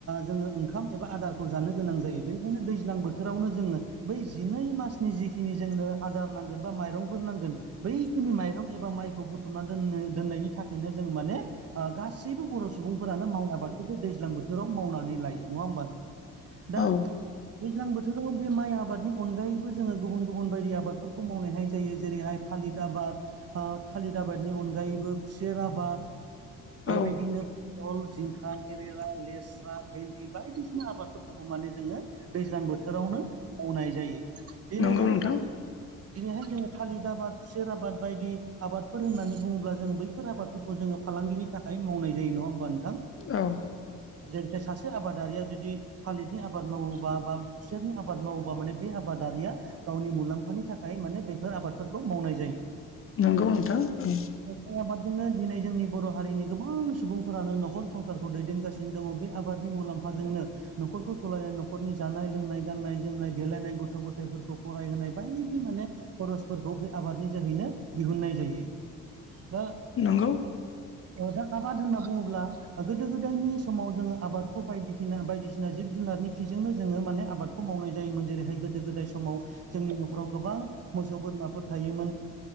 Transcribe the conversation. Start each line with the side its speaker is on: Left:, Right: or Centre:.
Right: जोङो ओंखाम एबा आदारखौ जानो गोनां जायो बेनिखायनो दैज्लां बोथोरावनो जोङो बै जिनै मासनि जिखि खिनि जोंनो आदार नांगोन बा माइरंफोर नांगोन। बैखिनि माइरं एबा माइखौ बुथुमना दोननो दोननायनि थाखायनो जों माने गासैबो बर' सुबुंफोरानो माइ आबादखौबो दैज्लां बोथोराव मावनानै नङा ह दा
Left: औ
Right: दैज्लां बोथोराव बे माइ आबादनि अनगायैबो जोङो गुबुन गुबुन बायदि आबादफोरखौ मावनायहाय जायो जेरैहाय थालिर आबाद। ओ थालिर आबादनि अनगायैबो खुसेर आबाद बेबायदिनो
Left: औ
Right: बहल जिंखा केरेला लेस्रा भेन्दि बायदिसिना आबादफोरखौबो माने जोङो दैज्लां बोथोरावनो मावनाय जायो दिनैहाय
Left: नंगौ नोंथां
Right: जों दिनैहाय जोङो थालिर आबाद खुसेर आबाद बायदि आबादफोर होननानै बुङोब्ला जों बै बेफोर आबादफोरखौ जोङो फालांगिनि थाखाय मावनाय जायो नङा होमबा नोंथां।
Left: औ
Right: जेरैहाय सासे आबादारिया जुदि थालिरनि आबाद मावोबा बा खुसेरनि आबाद मावोबा माने बे आबादारिया गावनि मुलाम्फानि थाखाय माने बेफोर आबादफोरखौ मावनाय जायो।
Left: नंगौ नोंथां औ।
Right: माइ आबादजोंनो दिनै जोंनि बर' हारिनि गोबां सुबुंफोरानो नखर संसारखौ दैदेनगासिनो दिन दङ बे आबादनि मुलाम्फाजोंनो न'खरखौ सलायनाय न'खरनि जानाय लोंनाय गाननाय जोमनाय देलायनाय गथ' गथायफोरखौ फरायहोनाय बायदि माने खरसफोरखौ बे आबादनि जोहैनो दिहुननाय जायो। दा
Left: नंगौ
Right: दा आबाद होनना बुङोब्ला गोदो गोदायनि समाव जोङो आबादखौ बायदि सिना बायदिसिना जिब जुनारनि खिजोंनो जोङो माने आबादखौ मावनाय जायोमोन जेरैहाय गोदो गोदाय समाव जोंनि न'खराव गोबां मोसौ बोरमाफोर थायोमोन।